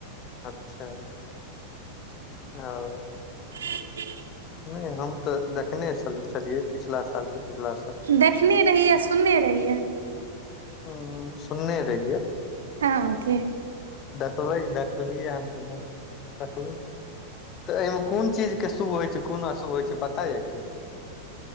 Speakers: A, on the left; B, on the right.
A: अच्छा ओ
B: ह
A: नहि हम तऽ देखने छलियै पिछला साल के पिछला साल
B: देखने रहियै सुनने रहियै
A: उ सुनने रहियै
B: हँ ओके
A: देख भै देखलीएन आ तऽ नै तऽ एहिमे कोन चीज के शुभ होइ छै कोन अशुभ होइ छै पता य की